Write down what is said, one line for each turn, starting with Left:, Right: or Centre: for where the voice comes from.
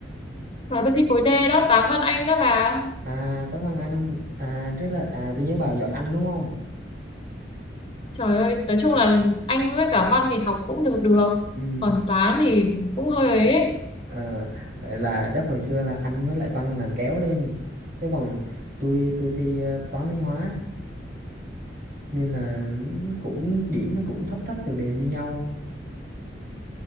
Left: Và tôi thi khối D đó, toán văn Anh đó bà.
Right: À, toán văn anh à rất là à tôi nhớ bà giỏi anh đúng không?
Left: Trời ơi, nói chung là Anh với cả văn thì học cũng được được.
Right: Ừ.
Left: Còn toán thì cũng hơi ấy. ấy.
Right: Ờ, vậy là chắc hồi xưa là anh với lại văn là kéo lên chứ còn tôi tôi thi ờ, toán lý hóa nên là cũng điểm nó cũng thấp thấp đều đều như nhau